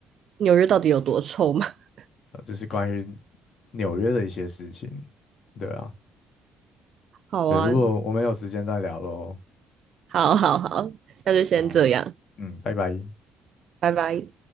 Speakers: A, on the right (about 50°); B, on the left (about 50°).
A: 纽约到底有多臭吗？<laughs>
B: 呃就是关于纽约的一些事情。对啊，
A: 好啊，
B: 对，如果我们有时间再聊喽。
A: 好好好，那就先这样，
B: 啊，嗯，拜拜。
A: 拜拜。